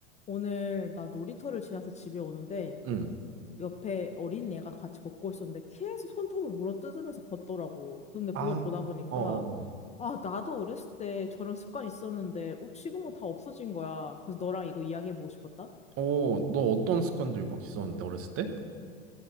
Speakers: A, on the left; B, on the right.
A: 오늘 나 놀이터를 지나서 집에 오는데
B: 응.
A: 옆에 어린 애가 같이 걷고 있었는데 계속 손톱을 물어뜯으면서 걷더라고. 근데 그걸
B: 아,
A: 보다 보니까
B: 어어 어.
A: 아, 나도 어렸을 때 저런 습관이 있었는데 어, 지금은 다 없어진 거야. 그래서 너랑 이거 이야기해보고 싶었다.
B: 오 너 어떤 습관들 막 있었는데 어렸을 때?